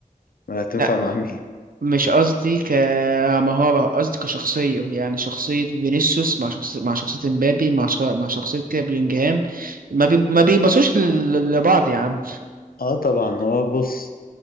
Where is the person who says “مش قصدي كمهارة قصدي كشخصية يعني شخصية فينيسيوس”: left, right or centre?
Right